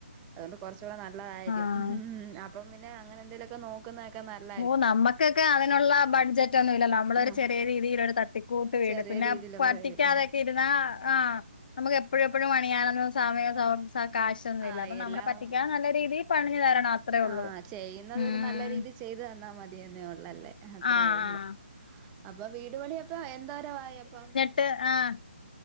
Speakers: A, on the right (about 15°); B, on the left (about 45°).
A: അതുകൊണ്ട് കുറച്ചുകൂടെ നല്ലതായിരിക്കും
B: ആ
A: ഉം അപ്പം പിന്നെ അങ്ങനെ എന്തേലുമൊക്കെ നോക്കുന്നതൊക്കെ നല്ല
B: ഓ നമ്മക്കൊക്കെ അതിനുള്ള ബഡ്ജറ്റ് ഒന്നുമില്ല നമ്മളൊരു
A: ആഹ്
B: ചെറിയ രീതീലൊരു ത തട്ടിക്കൂട്ട് വീട്
A: ചെറിയ
B: പിന്നെ
A: രീതിയിലുള്ള
B: പറ്റിക്കാതൊക്കെ
A: വീട്
B: ഇരുന്നാ ആഹ് നമുക്ക് എപ്പോഴും എപ്പോഴും പണിയാനൊന്നും സമയം കാശൊന്നുമില്ല
A: ആഹ്
B: അപ്പം നമ്മെ
A: എല്ലാം
B: പറ്റിക്കാൻ നല്ല രീതിയിൽ പണിഞ്ഞു തരണം അത്രേ ഉള്ളൂ
A: ആഹ് ചെയ്യുന്നുന്നത്
B: ഉം
A: ഒരു നല്ല രീതി ചെയ്ത് തന്നാ മതിന്നേ ഉള്ളല്ലേ അത്രയേ
B: ആഹ്
A: ഉള്ളു
B: ആഹ്
A: അപ്പൊ വീടുപണി അപ്പ എന്തോര ആയി അപ്പ
B: ട്ട് ആഹ്